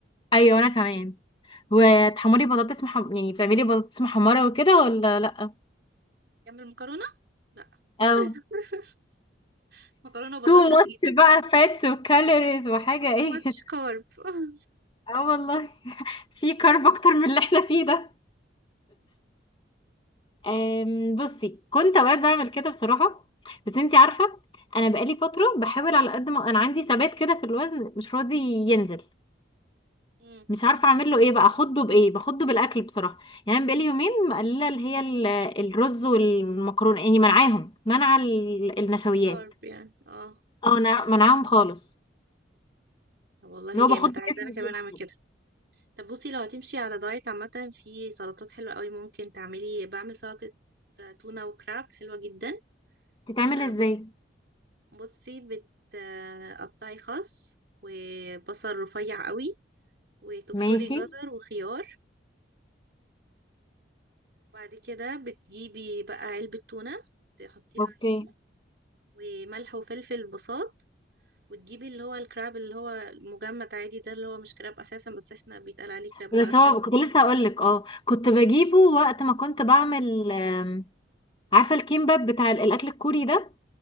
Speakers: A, on the left; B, on the right.
A: ايوه انا كمان وتحمري بطاطس مح... يعني بتعملي بطاطس محمره وكده ولا لا
B: جنب المكرونة؟ لأ
A: او
B: <laughs> مكرونة وبطاطس
A: تو ماتش
B: جديد
A: بقى فاتس وكالوريز وحاجة
B: too
A: ايه
B: much
A: <laughs>
B: carb <laughs>
A: اه والله في كارب اكتر من اللي احنا فيه ده أم، بصي كنت اوقات بعمل كده بصراحة بس انتي عارفة انا بقالي فترة بحاول على قد ما انا عندي ثبات كده في الوزن مش راضي ينزل
B: مم،
A: مش عارفة اعمل له ايه بقى اخده بايه باخده بالاكل بصراحة يعني أنا بقالي يومين مقللة اللي هي ال- الرز والمكرونة يعني منعاهم منع ال- النشويات
B: carb يعني اه
A: اه نا- منعاهم خالص
B: طب والله
A: اللي
B: جامد
A: هو باخد جسمي
B: عايزة أنا كمان
A: بيهم
B: أعمل
A: كده.
B: كده طب بصي لو هتمشي على دايت عامة في سلطات حلوة قوي ممكن تعملي بعمل سلطة تونة وكراب حلوة جدا
A: تتعمل
B: آه،
A: ازاي
B: بص بصي بتقطعي خس وبصل رفيع قوي وتبشري
A: ماشي
B: جزر وخيار وبعد كده بتجيبي بقى علبة تونة تحطيها
A: اوكي
B: عليهم وملح وفلفل بساط وتجيبي اللي هو الكراب اللي هو المجمد عادي ده اللي هو مش كراب اساسا بس احنا بيتقال عليه كراب معرفش
A: بس هو
B: ليه
A: كنت لسه هقول لك اه كنت بجيبه وقت ما كنت بعمل آم، عارفه الكيمباب بتاع ال- الاكل الكوري ده